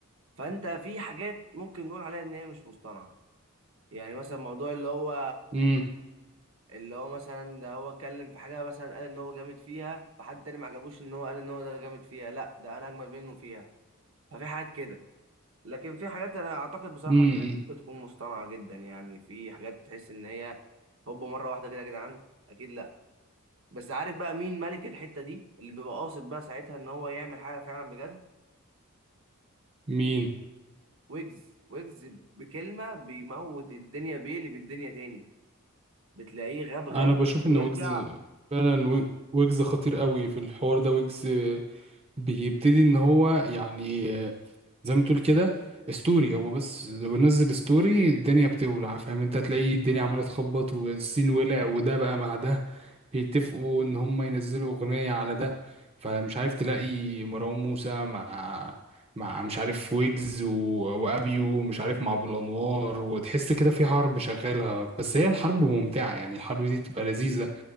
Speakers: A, on the right; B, on the right.
A: فانت في حاجات ممكن نقول عليها ان هي مش مصطنعه يعني مثلا موضوع اللي هو
B: امم
A: اللي هو مثلا ده هو اتكلم في حاجة مثلا قال ان هو جامد فيها فحد تاني ما عجبوش ان هو قال ان هو ده جامد فيها لا ده انا اجمد منه فيها ففي حاجات كده لكن في حاجات انا اعتقد بصراحة
B: امم
A: ان هي ممكن تكون مصطنعة جدا يعني في حاجات تحس ان هي هوب مرة واحدة كده يا جدعان اكيد لا بس عارف بقى مين ملك الحتة دي اللي بيبقى قاصد بقى ساعتها ان هو يعمل حاجة فعلا بجد
B: مين
A: ويجز ويجز بكلمة بيموت الدنيا بيه اللي بالدنيا تاني بتلاقيه غاب غاب
B: انا بشوف
A: ويرجع
B: ان ويجز فعلا وي- ويجز خطير قوي في الحوار ده ويجز بيبتدي ان هو يعني زي ما تقول كده ستوري هو بس لو نزل ستوري الدنيا بتولع فاهم انت هتلاقي الدنيا عماله تخبط والسين ولع وده بقى مع ده بيتفقوا ان هم ينزلوا اغنية على ده فمش عارف تلاقي مروان موسى مع مع مش عارف ويجز و... وابيو مش عارف مع ابو الانوار وتحس كده في حرب شغالها بس هي الحرب ممتعة يعني الحرب دي بتبقى لذيذة